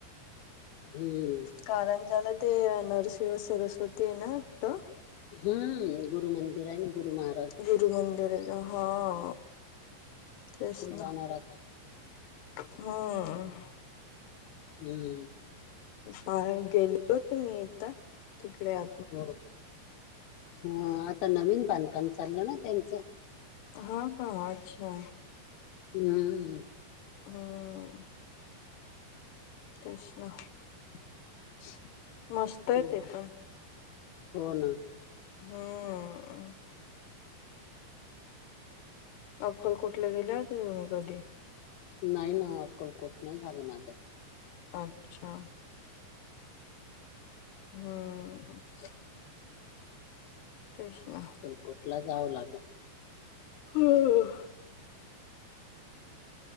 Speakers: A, on the left (about 85°); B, on the left (about 75°).
A: हम्म
B: कारंजाला ते नरसिंह सरस्वती आहे ना वाटत.
A: हम्म गुरु मंदिर आहेना गुरु महा
B: गुरु मंदिर हां. तेच
A: जाणार
B: ना
A: आता
B: हम्म.
A: हम्म
B: बाहेर गेलो होत मी एकदा तिकडे आ.
A: हो का हो आता नवीन बांधकाम चाललं ना त्यांच?
B: हा का हा अच्छा.
A: हम्
B: हम्म कृष्णा
A: <inaudible>
B: मस्तय
A: हम्म.
B: ते पण.
A: हो ना
B: हम्म अक्कलकोटला गेल्या होत्या का तुम्ही कधी?
A: नाही ना अक्कलकोट नाही झालं माझ.
B: अच्छा हम्म
A: <inaudible>
B: तेच ना
A: अक्कलकोटला जावं लागलं.
B: हां